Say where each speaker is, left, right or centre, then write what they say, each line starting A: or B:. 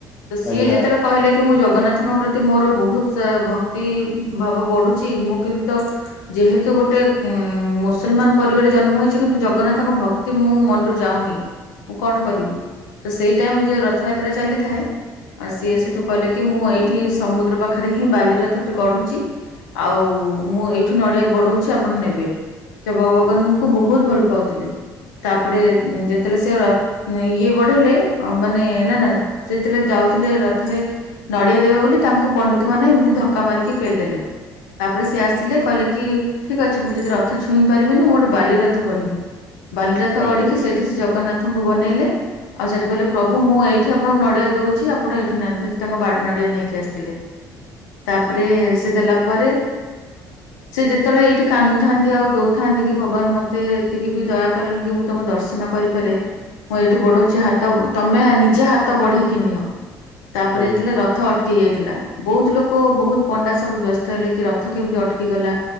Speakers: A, on the left; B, on the left.
A: ତ ସିଏ
B: ଆଜ୍ଞା
A: ଯେତେବେଳେ କହିଲେ କି କି ମୁଁ ଜଗନ୍ନାଥଙ୍କ ପ୍ରତି ମୋର ବହୁତ ଭକ୍ ତୀ ଭାବ ବଢୁଛି ମୁଁ କିନ୍ତୁ ତ ଯେହେତୁ ଗୋଟେ ଉଁ ମୁସଲମାନ ପରିବାର ରେ ଜନ୍ମ ହେଇଛି କିନ୍ତୁ ଜଗନ୍ନାଥଙ୍କ ଭକ୍ତି ମୋ ମନରୁ ଯାଉନି, ମୁଁ କଣ କରିବି? ତ ସେଇ ଟାଇମରେ ଯଉ ରଥଯାତ୍ରା ଚାଲିଥାଏ। ଆ ସିଏ
B: ହୁଁ
A: ସେଠୁ କଲେ କି ମୁଁ ଏଇଠି ହି ସମୁଦ୍ର ପାଖରେ ହିଁ ବାଲି ରଥ ଗଢ଼ୁଛି ଆଉ ମୁଁ ଏଠୁ ନଡିଆ ବଢଉଛି ଆପଣ ନେବେ, ସେ ଭଗବାନଙ୍କୁ ବହୁତ ଭଲ ପାଉଥିଲେ, ତାପରେ ଯେତେବେଳେ ସେ ଇଏ ବଢେଇଲେ ମାନେ ନା ନା ସେ ଯେତେବେଳେ ଯାଉଥିଲେ ରଥରେ ନଡିଆ ଦେବେ ବୋଲି ତାଙ୍କୁ ପଣ୍ଡିତ ମନେ ଏମିତି ଧକ୍କା ମାରିକ୍ ପେଲ ଦେଲେ ତାପରେ ସିଏ ଆସିଲେ କହିଲେ କି ଠିକ ଅଛି ମୁଁ ଯଦି ରଥ ଛୁଇଁ ପାରିବିନି ମୁଁ ଗୋଟେ ବାଲି ରଥ ଗଢିବି। ବାଲିରଥ
B: ଆଜ୍ଞା
A: ଗଢିକି ସେଇଠି ସେ ଜଗନ୍ନାଥଙ୍କୁ ବନେଇଲେ। ଆଉ ସେଠି କହିଲେ ପ୍ରଭୁ ମୁଁ ଏଇଠି ଆପଣଙ୍କୁ ନଡିଆ ଦଉଛି, ଆପଣ ଏଇଠୁ ନାତ୍ ତାଙ୍କ ବାଡି ନଡିଆ ନେଇକି ଆସିଥିଲେ। ତାପ ତାପରେ ସେ ଦେଲା ପରେ ସେ ଯେତେବେଳେ ଏଇଠି କାନ୍ଦୁଥାନ୍ତି ଆଉ ଦଉଥାନ୍ତି କି ଭଗବାନ ମତେ ଏତିକି ବି ଦୟା କଲେନି କି ମୁଁ ତମ ଦର୍ଶନ କରିପାରେ ମୁଁ ଏଇଠି ବଢଉଛି ହାତ ତମେ ନିଜେ ହାତ ବଢେଇକି ନିଅ। ତାପରେ
B: ଆଜ୍ଞା
A: ଯେତେବେଳେ ରଥ ଅଟକି ଯାଇଥିଲା ବହୁତ ଲୋକ ବହୁତ ଡା ସବୁ ବ୍ୟସ୍ତ ହେଲେକି ରଥ କେମିତି ଅଟକି ଗଲା,